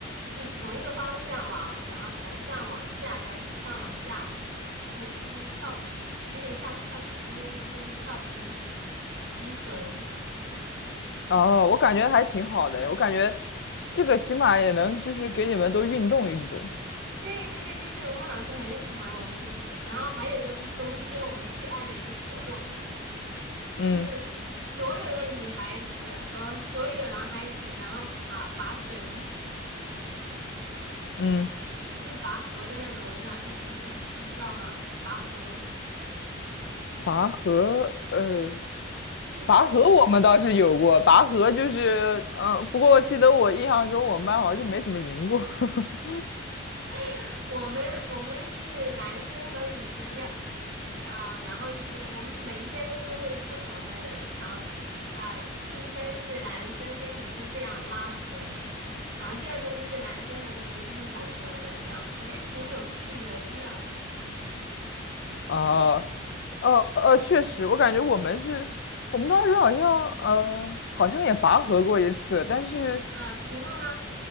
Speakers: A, on the right (about 65°); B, on the left (about 60°).
A: 一同一个方向往，然后从上往下这样从上往下的，你就是跳。有点像跳皮筋，但是就是跳皮皮绳。
B: 哦，我感觉还挺好的，我感觉这个起码也能就是给你们都运动运动。
A: 对对对，就是我们老师很喜欢我们，就是然后还有一个就是冬天我们最爱的一个活动，
B: 嗯
A: 就是所有的女孩子和所有的男孩子，然后拔拔绳，
B: 嗯，
A: 就是拔河的那种，我知道你你你知道吗？拔河
B: 拔河，呃，
A: 就是。
B: 拔河我们倒是有过，拔河就是，嗯、不过我记得我印象中我们班好像就没怎么赢过。<laughs>
A: <laughs> 我们我们是男生和女生要，嗯啊、然后就是我们每一天都是会不同的人，然后啊、第一天是男生跟女生这样拉绳，然后第二天就是男生和女生就是混合的这样，我觉得挺有趣的，真的。
B: 哦，呃呃，确实，我感觉我们是，我们当时好像呃，好像也拔河过一次，但是
A: 啊，赢了吗？